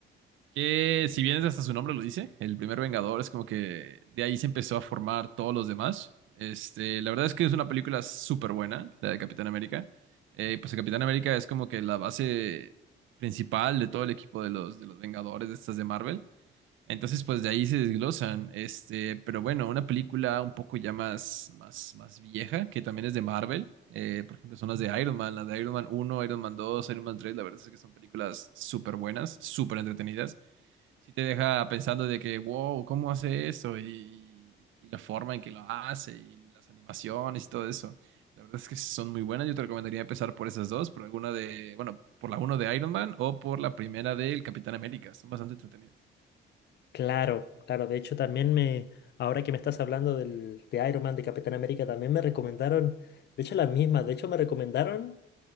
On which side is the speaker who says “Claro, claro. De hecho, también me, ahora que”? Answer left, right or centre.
Left